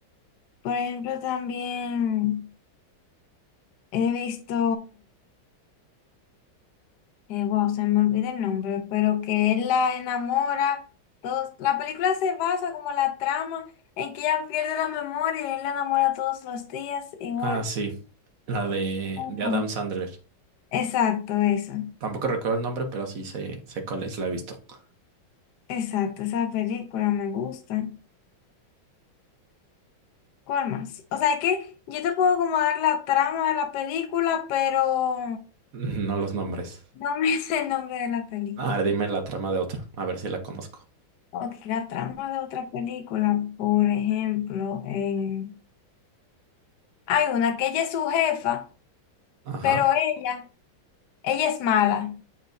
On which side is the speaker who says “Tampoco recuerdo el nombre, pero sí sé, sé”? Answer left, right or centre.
Right